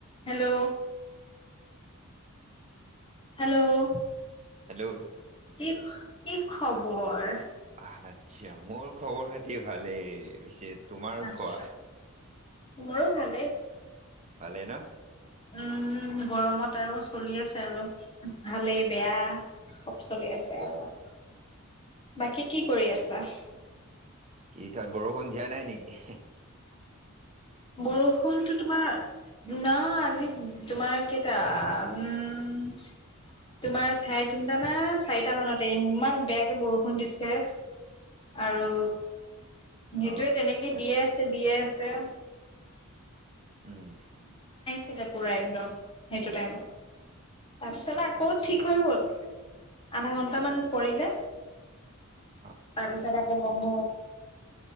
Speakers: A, on the left; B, on the right.
A: হেল্ল'। হেল্ল'
B: হেল্ল'
A: কি খ কি খবৰ?
B: আচ্ছা, মোৰ খবৰ-খাতি ভালেই <unintelligible>
A: আচ্ছা।
B: কোৱা
A: মোৰো ভালেই।
B: ভালে ন?
A: উম গৰমত
B: আচ্ছা
A: আৰু চলি আছে আৰু, ভালেই
B: আচ্ছা
A: বেয়া, চব চলি আছে
B: অ
A: আৰু। বাকী কি কৰি আছা?
B: কি, তাত বৰষুণ দিয়া নাই নিকি?
A: বৰষুণটো তোমাৰ ন আজি- তোমাৰ কেইটা উম। তোমাৰ চাৰে তিনটা নে, চাৰিটা মানতে ইমান বেয়াকে বৰষুণ দিছে। আৰু সেইটোৱে,
B: অ
A: তেনেকে
B: আচ্ছা
A: দিয়ে আছে, দিয়ে আ ছেওঁ।
B: উম।
A: তেতিয়া পৰে একদম, সেইটো টাইমত। তাৰপিছত আকৌ
B: আচ্ছা
A: ঠিক হৈ গ'ল, আধা ঘন্টামান পৰিলে,
B: অ
A: তাৰপিছতে গেট বন্ধ